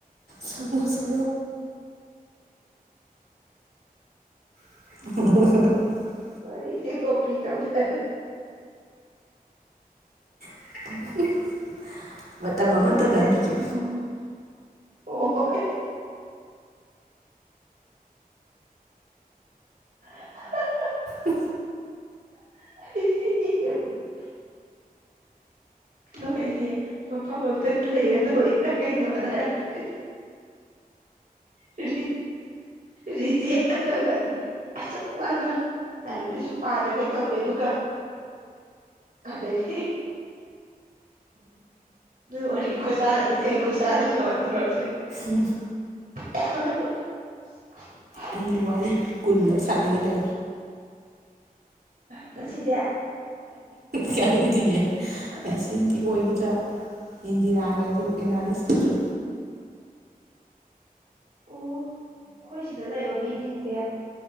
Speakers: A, on the right; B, on the right.
A: ꯁ ꯃꯁ <inaudible>
B: ꯐ ꯏꯅꯦꯦ ꯀꯣꯄꯤꯤ ꯇꯧꯗ
A: <inaudible> ꯑꯃꯇꯗ
B: ꯑꯣꯏꯣꯏꯁꯦ
A: ꯑꯗꯨꯁꯨ
B: ꯑꯣ <inaudible> ꯍ
A: ꯑ
B: ꯑꯩ ꯀꯣ ꯑꯩꯩꯁꯦ ꯃꯐꯝꯇꯪꯗꯤ ꯂꯩꯔꯦ ꯇꯧꯔꯛꯏꯦ ꯀꯩꯗꯋꯥ ꯇꯔ ꯇ ꯁꯤ ꯔꯤꯖꯤ ꯀꯥꯟ ꯇꯕ꯭ꯔꯗꯤ ꯑꯁ ꯃꯥꯒ ꯂꯥꯏꯔꯤꯛ ꯂꯥꯏꯁꯨ ꯄꯥꯗꯒꯦ ꯇꯧꯔꯦ ꯑꯗꯨꯒ ꯑꯗꯩꯗꯤ ꯎꯝ ꯅꯣꯏ ꯋꯥꯔꯤ ꯈꯨꯁꯥꯅꯁꯤꯦ ꯀꯩ ꯈꯨꯁꯥꯅꯅꯣ ꯇꯧꯔꯛꯁꯦ
A: ꯎꯝ
B: <inaudible>
A: ꯑꯩꯒꯤ ꯋꯥꯔꯤ ꯀꯨꯜꯂꯔ ꯁꯥꯟꯅꯒꯤꯗ
B: ꯉꯁꯤꯗꯌꯥ
A: ꯀꯗꯤ
B: ꯑꯁ
A: ꯑꯦ ꯁꯤꯟꯗꯤ ꯑꯣꯏꯒꯗ꯭ꯔꯥ ꯔꯒ ꯑꯗꯨ ꯑꯦꯅꯥ ꯁꯤꯁꯨ
B: ꯑꯣ ꯑꯩꯈꯣꯏ ꯁꯤꯗ ꯂꯩꯕ ꯃꯤꯁꯤꯡꯁꯦ